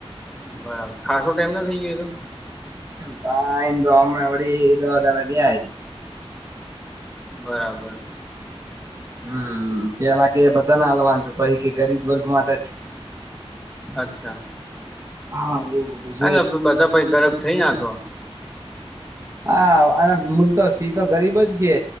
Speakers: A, in the centre; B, on the right.
A: બરાબર ખાસું ટાઈમ ના થઇ ગયો ઈતો?
B: તા આઈ ને તો હમણાં વરી દ દાણા થયા હશે.
A: બરાબર
B: હમ પેલા કે બધાને હાલવાનું સે પહિ કે ગરીબ વર્ગ માટે જ સે.
A: અચ્છા
B: હા એવું બધું સે.
A: એટલે બધા પછ ગરબ થઈ ના તો
B: હા અને મલ તો સી તો ગરીબ જ કે